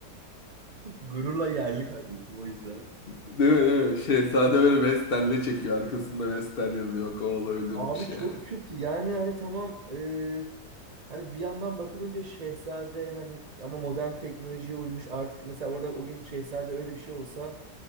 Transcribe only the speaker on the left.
<laughs> Değil mi, değil mi? Şehzade böyle Vestel'le çekiyor. Arkasında Vestel yazıyor. O olabilirmiş
yani.